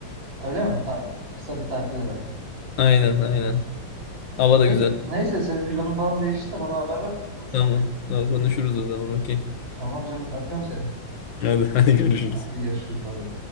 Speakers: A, on the right; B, on the left.
A: Öyle mi? Ta- kısa bir tatil herhalde.
B: Aynen aynen. Hava da
A: Ne,
B: güzel.
A: neyse senin planın falan değişirse bana haber ver. Konuşalım
B: Tamam.
A: ya.
B: Daha konuşuruz o zaman. Okey.
A: Tamam canım öpüyorum seni.
B: Hadi, <laughs> hadi görüşürüz.
A: Hadi görüşürüz bay bay.